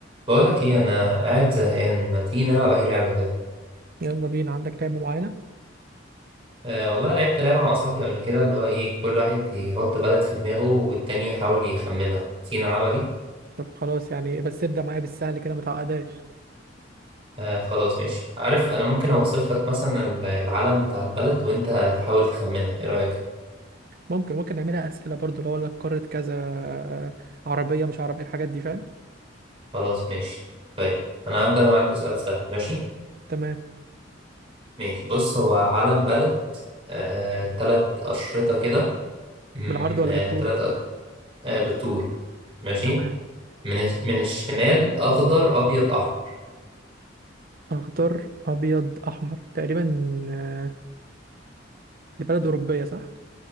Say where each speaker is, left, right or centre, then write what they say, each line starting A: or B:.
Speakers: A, on the right; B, on the right.
A: بقول لك ايه انا قاعد زهقان ما تيجي نلعب اي لعبه كده
B: يلا بينا عندك لعبة معينة
A: أه والله أنا لعبت لعبه مع صاحبي قبل كده اللي هو ايه كل واحد يحط بلد في دماغه والتاني يحاول يخمنها تيجي نلعبها دي
B: طب خلاص يعني بس ابدأ معايا بالسهل كده ما تعقدهاش
A: أه خلاص ماشي عارف انا ممكن اوصف لك مثلا ال- العلم بتاع البلد وانت تحاول تخمنها ايه رايك
B: ممكن ممكن نعملها أسئلة برضو لو اقول لك قارة كذا آه، عربية مش عربية الحاجات دي فاهم
A: خلاص ماشي طيب انا هبدا معاك بسؤال سهل ماشي
B: تمام
A: ماشي بص هو علم بلد أه تلات اشرطه كده مم،
B: بالعرض ولا
A: أه
B: بالطول
A: تلات أ- أه بالطول ماشي
B: تمام
A: من الش- من الشمال اخضر ابيض احمر
B: أخضر أبيض أحمر تقريبا آه، دي بلد أوروبية صح